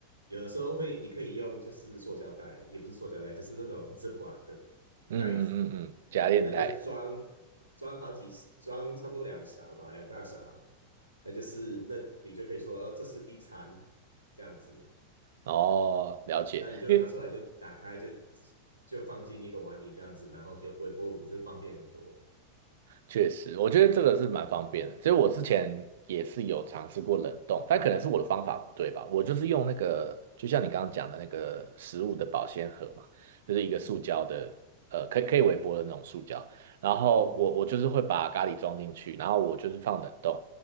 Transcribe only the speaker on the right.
嗯嗯嗯嗯，
加链带，
哦，了解，
因为
确实，我觉得这个是蛮方便的。其实我之前也是有尝试过冷冻，但可能是我的方法不对吧。我就是用那个，就像你刚刚讲的那个食物的保鲜盒嘛，就是一个塑胶的，
呃，可以可以微波的那种塑胶。然后我我就是会把咖喱装进去，
然后我就是放冷冻，